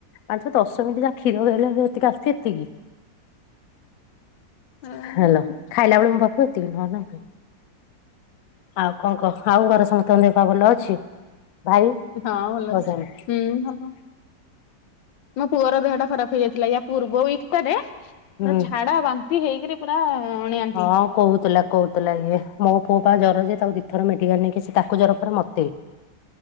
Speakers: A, on the left; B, on the left.
A: ଆଠ ଦଶ ମିନିଟ ଯା କ୍ଷୀର ଦେଲେ ଯେତିକି ଆସୁଛି ଏତିକି।
B: ହଁ
A: ହ୍ୟାଲୋ। ଖାଇଲା ବେଳେ ମୁଁ ପାଖକୁ ଏତିକି ନହଲେ ନାଇଁ। ଆଉ କଣ କହ? ଆଉ ଘରେ ସମସ୍ତଙ୍କ ଦେହ ପାହା ଭଲ ଅଛି? ଭାଇ
B: ହଁ ଭଲ
A: ଗଲେଣି
B: ଅଛି। ହୁଁ ଭଲ। ମୋ ପୁଅର ଦେହ ଟା ଖରାପ ହୋଇଯାଇଥିଲା ୟା ପୂର୍ବ ୱିକ୍ ଟାରେ ପୁରା
A: ହୁଁ।
B: ଝାଡା ବାନ୍ତି ହେଇକିରି ପୁରା ଅଣିଆନ୍ତି।
A: ହଁ କହୁଥିଲା କହୁଥିଲା ଇଏ ମୋ ପୁଅ ପା ଜ୍ଵର ଯେ ତାକୁ ଦିଥର ମେଡ଼ିକାଲ ନେଇକି ସେ ତାକୁ ଜ୍ୱର ପରେ ମୋତେ।